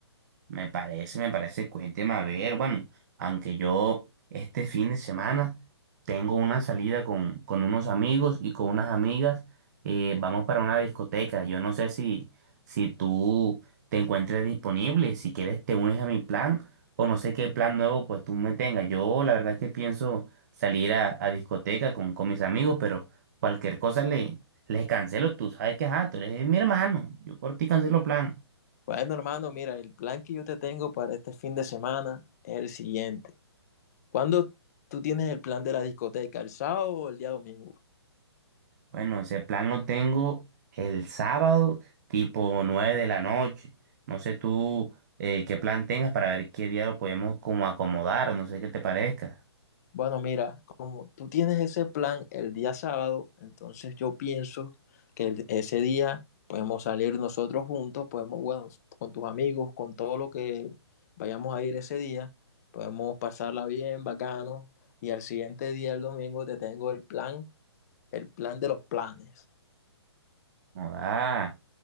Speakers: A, on the right; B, on the left.
A: Me parece, me parece, cuénteme a ver, bueno, aunque yo este fin de semana tengo una salida con, con unos amigos y con unas amigas, eh, vamos para una discoteca, yo no sé si, si tú te encuentres disponible, si quieres te unes a mi plan o no sé qué plan nuevo pues tú me tengas, yo la verdad que pienso salir a, a discoteca con, con mis amigos, pero cualquier cosa le, les cancelo, tú sabes que ajá, tú eres mi hermano, yo por ti cancelo plan.
B: Bueno, hermano, mira, el plan que yo te tengo para este fin de semana es el siguiente. ¿Cuándo tú tienes el plan de la discoteca? ¿El sábado o el día domingo?
A: Bueno, ese plan lo tengo el sábado, tipo 9 de la noche. No sé tú eh, qué plan tengas para ver qué día lo podemos como acomodar, no sé qué te parezca.
B: Bueno, mira, como tú tienes ese plan el día sábado, entonces yo pienso que el- ese día podemos salir nosotros juntos, podemos, bueno, con tus amigos, con todo lo que vayamos a ir ese día, podemos pasarla bien, bacano, y al siguiente día, el domingo, te tengo el plan, el plan de los planes.
A: Ah,